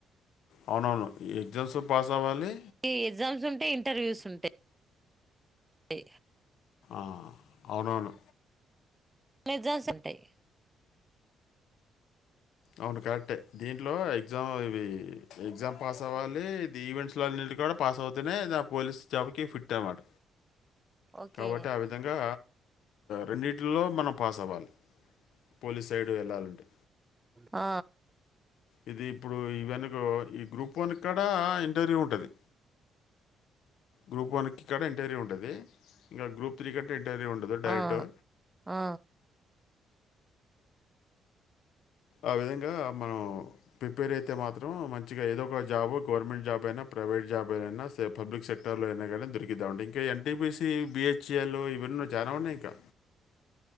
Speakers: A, on the left (about 80°); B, on the right (about 15°).
A: అవునవును ఎగ్జామ్స్ లొ పాస్ అవ్వాలి
B: ఈ ఎగ్జామ్స్ ఉంటాయి. ఇంటర్వ్యూస్ ఉంటాయ్ ఇ.
A: ఆ అవునవును.
B: లెజల్స్ ఉంటాయి.
A: అవును కరెక్టే. దీంట్లో ఎగ్జామ్ ఇవి ఎగ్జామ్ పాస్ అవ్వాలి. ఇ ఈవెంట్స్ లో అన్నింటి కాడా పాస్ అవుతనే ఆ పోలీస్ జాబ్ కి ఫిట్ అన్నమాట
B: ఓకే
A: కాబట్టి ఆ విధంగా రెండింటిలో మనం పాస్ అవ్వాలి పోలీస్ సైడు వెళ్ళాలంటే
B: ఆ
A: ఇది ఇప్పుడు ఈ వెనుక ఈ గ్రూప్ వన్ కాడా ఆ ఇంటర్వ్యూ ఉంటది గ్రూప్ వన్ కి కాడా ఇంటర్వ్యూ ఉంటది ఇక గ్రూప్ త్రీ కంటే ఇంటర్వ్యూ ఉండదు డైరెక్ట్.
B: ఆ ఆ
A: ఆ విధంగా మనం ప్రిపేర్ అయి తే మాత్రం మంచిగా ఏదో ఒక జాబ్ గవర్నమెంట్ జాబ్ అయినా ప్రైవేట్ యిన పబ్లిక్ సెక్టర్ లో అయినా కానీ దొరికిదామంటే ఇంకా ఎన్టీబీసి బీహెచ్ఇఎల్ ఇవన్ లో జాయిన్ అవండి ఇకా